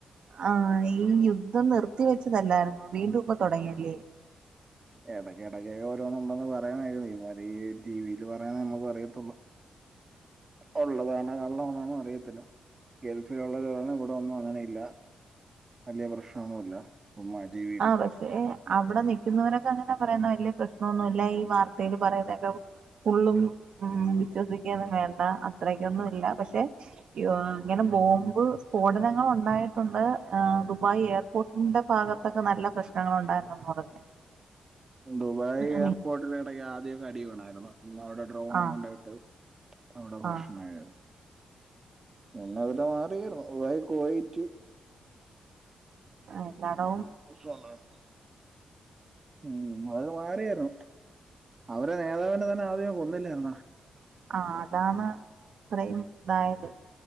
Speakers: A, on the right; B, on the right.
A: ആഹ് ഈ യുദ്ധം നിർത്തി വെച്ചതല്ലായിര്ന്നൊ വീണ്ടും ഇപ്പൊ തൊടങ്ങിയല്ലേ
B: എടയ്ക്കെടക്കൊക്കെ ഓരോന്ന് ഉണ്ടെന്ന് പറയ്ന്ന കേക്ക്ന്നു ഈ മതിരി ഈ ടിവില് പറയ്ന്നേ നമുക്കും അറിയത്തൊള്ളൂ ഉള്ളതാണൊ കള്ളമാണൊന്നും അറിയത്തില്ല ഗൾഫില്ള്ളോരൊന്നും ഇവിടെ ഒന്നും അങ്ങനെ ഇല്ല വല്ല്യ പ്രശ്നൊന്നുല്ല ഉം <unintelligible>
A: ആഹ് പക്ഷേ അവിടെ നിക്കുന്നവരൊക്കെ അങ്ങനെ പറയ്ന്നു വല്ല്യ പ്രശ്നൊന്നുല്ല ഈ വാർത്തേല് പറയ്ന്നൊക്കെ ഫുള്ളും ഉം വിശ്വസിക്കൊന്നും വേണ്ട അത്രയ്ക്കൊന്നും ഇല്ല പക്ഷെ യൊ ഇങ്ങനെ ബോംബ് സ്ഫോടനങ്ങള് ഉണ്ടായിട്ടുണ്ട് ഏ ദുബായ് എയർപോർട്ടിന്റെ ഭാഗ ത്തൊക്കെ നല്ല പ്രശ്നങ്ങള് ഉണ്ടായിരുന്നൂന്ന് പറഞ്ഞ്
B: ദുബായ്
A: അതെ.
B: എയർപോർട്ടില് ഇടക്ക് ആദ്യോക്കെ അടി വീണായിര്ന്നു <unintelligible> ഡ്രോൺ
A: ആഹ്
B: അങ്ങാണ്ടോ ഇട്ട് അവിടെ പ്രശ്നായയിരുന്നു
A: ആഹ്
B: പിന്നെ അതൊക്കെ മാറി <unintelligible> കോളിറ്റി
A: ആഹ് എല്ലാടോം
B: <unintelligible> ഉം മഴ മാറിയാര്ന്നു അവര് നേതാവിനെ തന്നെ ആദ്യമേ കൊന്നില്ലായ്ര്ന്നോ
A: ആഹ് അതാണ് ഇത്രയും ഇതായത്